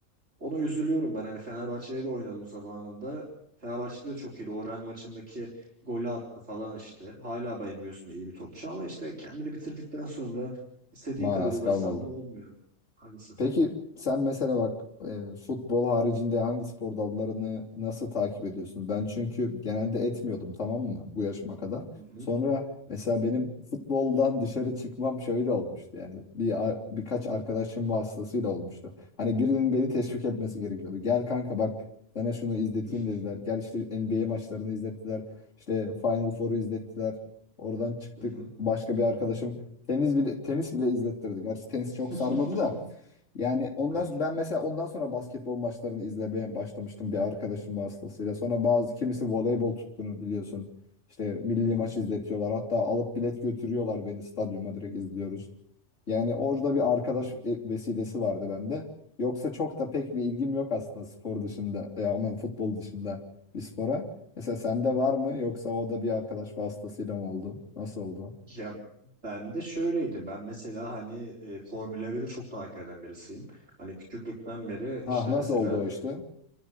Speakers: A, on the right; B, on the left.
A: Ona üzülüyorum ben. Hani Fenerbahçe'de de oynadı zamanında. Fenerbahçe'de de çok iyiydi. Orhan maçındaki golü attı falan işte. Hala bayılmıyorsun iyi bir topçu ama işte kendini bitirdikten sonra istediğin
B: Manası
A: kadar uğraşsan
B: kalmadı.
A: da olmuyor. Maalesef.
B: Peki sen mesela bak e, futbol haricinde hangi spor dallarını nasıl takip ediyorsun? Ben çünkü genelde etmiyordum tamam mı bu yaşıma kadar.
A: Hı hı,
B: Sonra
A: hı
B: mesela
A: hı,
B: benim futboldan dışarı çıkmam şöyle olmuştu yani bir ar- birkaç arkadaşım vasıtasıyla olmuştu. Hani birinin beni teşvik etmesi gerekiyordu. Gel kanka bak sana şunu izleteyim
A: <laughs>
B: dediler. Gel işte NBA maçlarını izlettiler. İşte Final Four'u izlettiler. Oradan çıktık
A: hı hı.
B: başka bir arkadaşım tenis bile tenis bile izlettirdi. Gerçi tenis çok
A: <laughs>
B: sarmadı da yani ondan
A: Evet.
B: sonra- ben mesela ondan sonra basketbol maçlarını izlemeye başlamıştım bir arkadaşım vasıtasıyla. Sonra bazı kimisi voleybol tutkunu biliyorsun. İşte milli
A: Hı
B: maç
A: hı.
B: izletiyorlar. Hatta alıp bilet götürüyorlar beni stadyuma direkt izliyoruz. Yani orada bir arkadaş e- vesilesi vardı bende. Yoksa çok da pek bir ilgim yok aslında spor dışında, ya aman futbol dışında bir spora. Mesela sende var mı yoksa o da bir arkadaş vasıtasıyla mı oldu? Nasıl oldu?
A: Ya ben de şöyleydi. Ben mesela hani e, Formula 1'i çok takip eden birisiyim. Hani küçüklükten beri
B: Ha
A: işte
B: nasıl
A: mesela
B: oldu o işte?